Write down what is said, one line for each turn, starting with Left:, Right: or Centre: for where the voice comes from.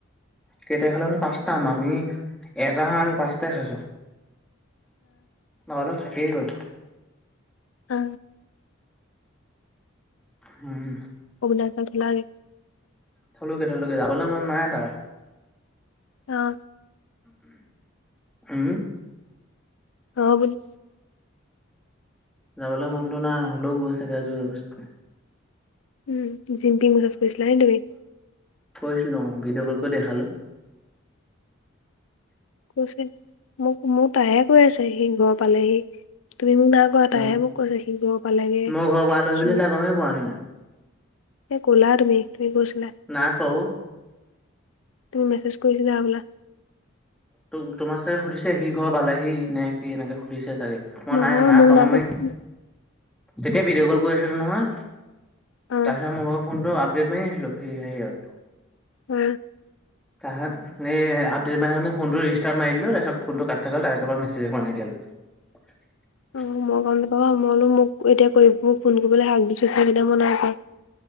Centre: কেইটাই খালে মানে পাঁচটা আমি এটা হাহ আমি পাঁচটাই খাইছোঁ। আৰু এটা থাকিয়েই গ'ল।
Left: অ
Centre: উম!
Left: <unintelligible>
Centre: থলু গেটলকে যাবলৈ মন নাই তাৰ।
Left: অ
Centre: উম
Left: অ বুলি
Centre: যাবলৈ মনটো নাই হ'লেও গৈছে আও যোৰযবছ কৈ।
Left: উম জিম্পি মু গছ কৰিৈছিলা নে তুমি
Centre: কৈছিলো অ ভিডিঅ' কল কৰি দেখালো।
Left: কৈছে মোক মোৰ তাহে কৈ আছে সি ঘৰ পালেহি তুমি মোক নাইকোৱা
Centre: উম,
Left: তাইহে মোক কৈছে সি ঘৰ পালেগে
Centre: মোৰ ঘৰৰ পৰা আলহী বুলি
Left: সি
Centre: তাই গমেই পোৱাহি নাই,
Left: এ ক'লা তুমি, তুমি কৈছিলা
Centre: নাই কোৱা অ'।
Left: তুমি মেছেজ কৰিছিলা হ'বলা
Centre: ত তোমাৰ চাগে সুধিছে সি ঘৰ পালেহি নে কি এনেকে সুধিছে চাগে মই
Left: নহয়
Centre: নাই নাই
Left: মোক
Centre: কমামি।
Left: কোৱা।
Centre: তেতিয়া ভিডিঅ' কল কৰি আছিলো নহয়,
Left: অ
Centre: তাৰ পিছত মোৰ ভৰ ফোনটো ডেট মাৰি আছিলো ফ্ৰি হেৰিয়ত
Left: অ
Centre: আহা এই আপডেট মান ফোনটো ৰিষ্টাৰ্ মাৰি দিলো তাৰপিছত ফোনটো কাট থাকিলল তাৰপিছৰ পৰা মেছেজ কৰা নাই এতিয়ালৈক
Left: অ মই গম নাপাও মই কলো মোক এতিয়া কৰিব মোক ফোন কৰিবলৈ হাক দিছো চকেইটা মই নাই।